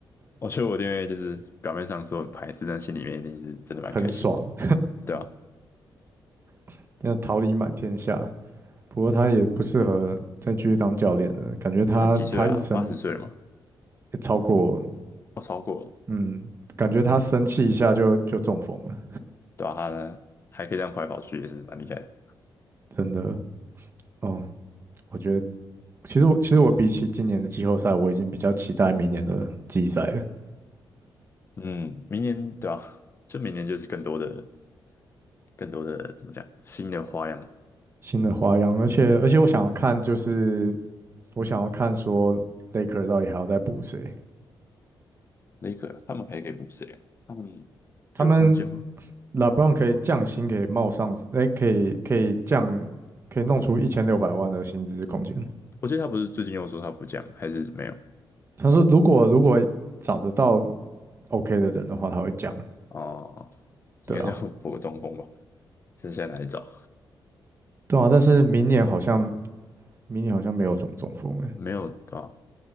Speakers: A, on the left (about 30°); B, on the right (about 30°).
A: 我觉得我弟妹就是表面上说很排斥，但心里面一定是真的蛮开心的，
B: 很爽，
A: 对啊，
B: <laughs> 那桃李满天下。不过他也不适合再继续当教练了，感觉他他一生
A: 他几岁啊？八十岁了吗？
B: 超过，
A: 哦，超过了。
B: 嗯，感觉他生气一下就就中风了，
A: 嗯，对啊，他呢还可以这样跑来跑去，也是蛮厉害的。
B: 真的。哦，我觉得其实我其实我比起今年的季后赛，我已经比较期待明年的季赛了，
A: 嗯，明年对啊，就明年就是更多的、更多的怎么讲，新的花样了。
B: 新的花样，而且而且我想要看就是我想要看说 Laker 到底还要再补谁。
A: 雷克他们还可以补谁啊？他们
B: 他们
A: 有空间吗？
B: LeBron 可以降薪，可以冒上，哎，可以可以降，可以弄出一千六百万的薪资空间。
A: 我记得他不是最近又说他不降，还是没有？
B: 他说，如果如果找得到 OK 的人的话，他会降。
A: 哦，
B: 对啊，
A: 应该是要 <laughs> 补个中锋吧？剩下哪里找？
B: 对啊，但是明年好像明年好像没有什么中锋哎，
A: 没有对吧、啊？